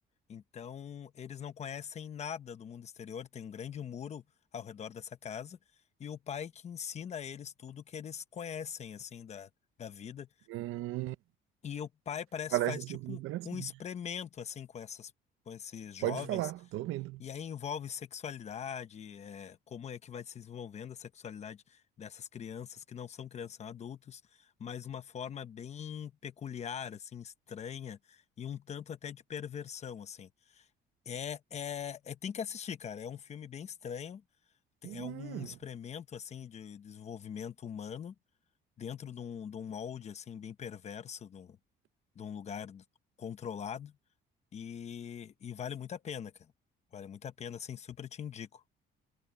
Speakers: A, on the left (about 35°); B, on the right (about 85°).
A: Então, eles não conhecem nada do mundo exterior, tem um grande muro ao redor dessa casa, e o pai que ensina a eles tudo que eles conhecem, assim, da, da vida.
B: Hum,
A: E o pai parece
B: Parece
A: que faz
B: assim
A: tipo
B: como
A: um,
B: interessante.
A: um experimento, assim, com essas, com esses jovens
B: Pode falar, tô ouvindo.
A: e aí envolve sexualidade, é, como é que vai se desenvolvendo a sexualidade dessas crianças que não são crianças, são adultos, mas uma forma bem peculiar, assim, estranha e um tanto até de perversão, assim. É, é, é- tem que assistir, cara. É um filme bem estranho,
B: Hum,
A: é um experimento, assim, de desenvolvimento humano dentro de um, de um molde, assim, bem perverso, de um, de um lugar controlado e, e vale muito a pena, cara. Vale muito a pena, assim, super te indico.